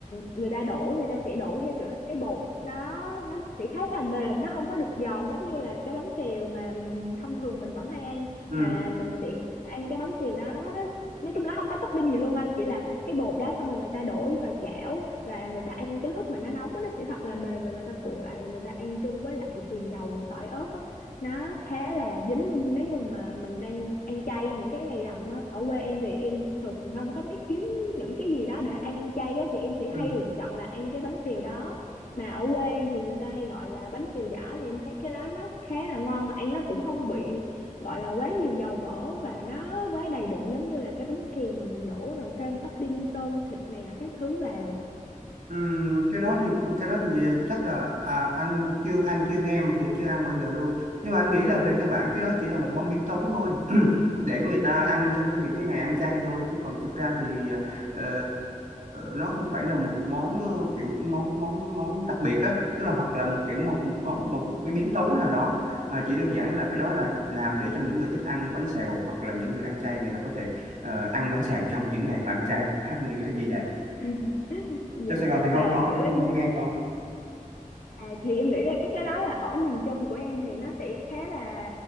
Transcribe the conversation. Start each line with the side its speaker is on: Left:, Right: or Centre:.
Left: người ta đổ người ta sẽ đổ theo kiểu là cái bột nó nó sẽ khá là mềm nó không có được giòn giống như là cái bánh xèo mà thông thường mình vẫn hay ăn
Right: ừ
Left: mà là mình sẽ ăn cái bánh xèo đó nói chung là nó không có topping gì luôn anh chỉ là cái bột đó xong rồi người ta đổ vào chảo và người ta ăn cái lúc mà nó nóng á, nó sẽ thật là mềm và người ta cuộn lại và người ta ăn chung với lại xì dầu tỏi ớt á nó khá là dính luôn nếu như mà mình đang ăn chay những cái ngày rằm á ở quê em thì em thường không có biết kiếm những cái gì đó để ăn chay á thì em sẽ
Right: ừ
Left: hay lựa chọn là ăn cái bánh xèo đó mà ở quê em thì người ta hay gọi là bánh xèo giỏ thì em thấy cái đó nó khá là ngon mà ăn nó cũng không bị gọi là quá nhiều dầu mỡ và nó quá đầy bụng giống như là cái bánh xèo mà mình đổ rồi thêm topping tôm thịt này là cái thứ vào
Right: Ừm, cái đó
Left: dạ
Right: thì cái đó thì chắc là à, anh chưa anh chưa nghe mà cũng chưa ăn bao giờ luôn nhưng mà anh nghĩ là về cơ bản cái đó chỉ là một món biến tấu thôi <clears throat> để người ta ăn trong cái, những cái ngày ăn chay thôi chứ còn thực ra thì ờ, nó không phải là một món ờ, kiểu món món món đặc biệt á tức là hoặc là một kiểu một một món một cái biến tấu nào đó mà chỉ đơn giản là cái đó là làm để cho những người thích ăn bánh xèo hoặc là những người ăn chay người ta có thể ờ, ăn bánh xèo trong những ngày mà ăn chay <laughs> anh nghĩ là như vậy
Left: <laughs> dạ
Right: trong Sài Gòn thì
Left: và
Right: không có
Left: kiểu
Right: không
Left: em
Right: không nghe có
Left: À, thì em nghĩ là cái cái đó là ở miền Trung của em thì nó sẽ khá là